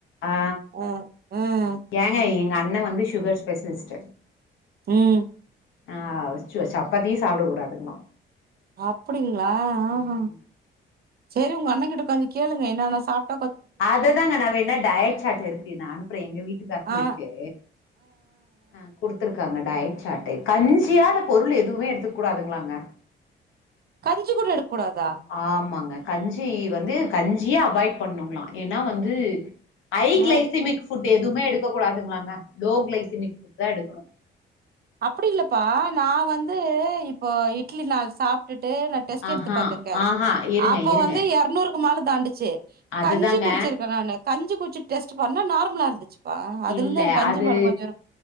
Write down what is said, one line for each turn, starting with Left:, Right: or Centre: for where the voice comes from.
Left: ஆ
Right: ம் ம்
Left: ஏங்க எங்க அண்ணன் வந்து சுகர் ஸ்பெஷலிஸ்ட்
Right: ம்
Left: ஆ சப்பாத்தியே சாப்ட கூடாதுங்கிரா
Right: அப்டிங்களா ஆஹ
Left: ம்
Right: செரி உங்க அண்ணங்கிட்ட கொஞ்சம் கேளுங்க என்னனா சாப்
Left: அதுதாங்க நா வேணா டயட் சாட் இருக்கு நா அனுப்புறே எங்க வீட்டுகாருக்கும்
Right: ஆ
Left: இருக்கு ஆ குடுத்துருக்காங்க டயட் சாட்டு கஞ்சியான பொருள் எதுவுமே எடுத்துக்கூடாதுங்களாங்க
Right: கஞ்சி கூட எடுக்கூடாதா
Left: ஆமாங்க கஞ்சி வந்து கஞ்சியே அவாய்ட் பண்ணுங்களாம் ஏன்னா வந்து ஐ
Right: ஆ
Left: கிளைசிமிக் ஃபுட்டு எதுவுமே எடுக்கக் கூடாதுங்களாங்க லோ கிளைசிமிக் ஃபுட் தான் எடுக்கணும்
Right: அப்டி இல்லப்பா நா வந்து இப்போ இட்லி நா சாப்ட்டுட்டு நா டெஸ்ட்டு
Left: ஆஹா
Right: எடுத்து பாத்துருக்கேன்
Left: ஆஹா இருங்க
Right: அப்போ
Left: இருங்க
Right: வந்து எரநூறு க்கு மேல தாண்டுச்சி
Left: அதுதாங்க
Right: கஞ்சி குடிச்சிருக்கன் நானு கஞ்சி குடிச்சிட்டு டெஸ்ட்டு பண்ண நார்மலா இருந்துச்சி ஆ அதுல
Left: இல்ல
Right: இருந்தே எனக்கு கஞ்சி
Left: அது
Right: மேல கொஞ்சம் இரு